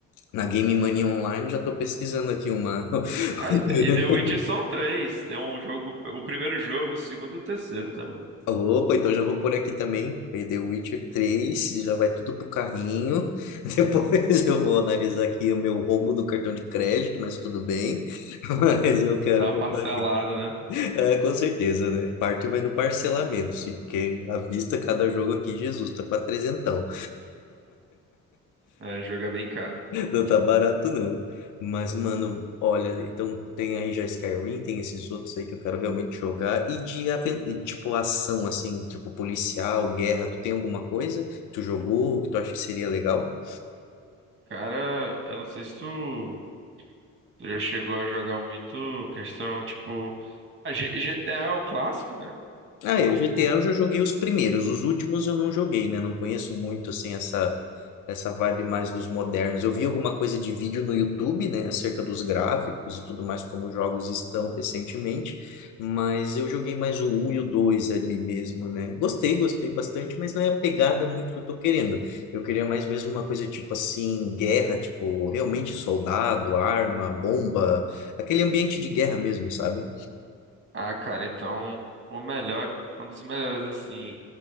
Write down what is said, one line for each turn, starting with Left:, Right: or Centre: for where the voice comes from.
Left: na Game Mania Online, já tô pesquisando aqui uma... <laughs>
Right: Ah, e e The Witcher são três. Tem um jogo, o primeiro jogo, o segundo e o terceiro também.
Left: Opa, então já vou por aqui também, Aí The Witcher 3, já vai tudo pro carrinho, <laughs> depois eu vou analisar aqui o meu roubo do cartão de crédito, mas tudo bem, <laughs> mas eu quero
Right: Dá uma
Left: comprar
Right: parcelada,
Left: aqui.
Right: né?
Left: É, com certeza, né? Parte vai no parcelamento, sim, porque à vista cada jogo aqui, Jesus, tá quase trezentão.
Right: É, jogo é bem caro.
Left: Não tá barato, não. Mas, mano, olha, então tem aí já Skyrim, tem esses outros aí que eu quero realmente jogar. E de, aven- e, tipo, ação, assim, tipo policial, guerra, tu tem alguma coisa que tu jogou, que tu acha que seria legal?
Right: Cara, eu não sei se tu, tu já chegou a jogar muito questão, tipo, a G- GTA é o clássico, né?
Left: Ah,
Right: É um-
Left: é, GTA
Right: um-
Left: eu já joguei os primeiros, os últimos eu não joguei, né? Não conheço muito, assim, essa essa vibe mais dos modernos. Eu vi alguma coisa de vídeo no YouTube, né, acerca dos gráficos e tudo mais, como os jogos estão recentemente, mas eu joguei mais o um e o 2 ali mesmo, né? Gostei, gostei bastante, mas não é a pegada muito que eu tô querendo. Eu queria mais mesmo uma coisa tipo assim, guerra, tipo, realmente soldado, arma, bomba, aquele ambiente de guerra mesmo, sabe?
Right: Ah, cara, então o melhor, um dos melhores assim,